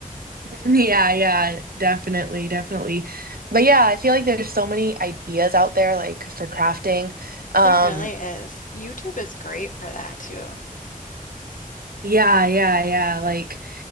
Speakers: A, on the right (about 85°); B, on the left (about 60°).
A: Yeah, yeah, definitely, definitely. But yeah, I feel like there's so many ideas out there like for crafting. Um
B: There really is. YouTube is great for that too.
A: yeah, yeah, yeah. Like